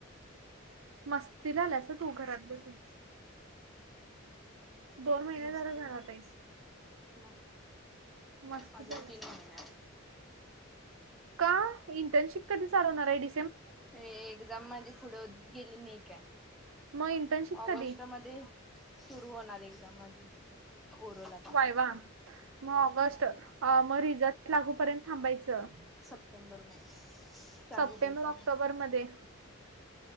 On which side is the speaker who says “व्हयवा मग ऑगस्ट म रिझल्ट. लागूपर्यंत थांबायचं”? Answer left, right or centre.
Right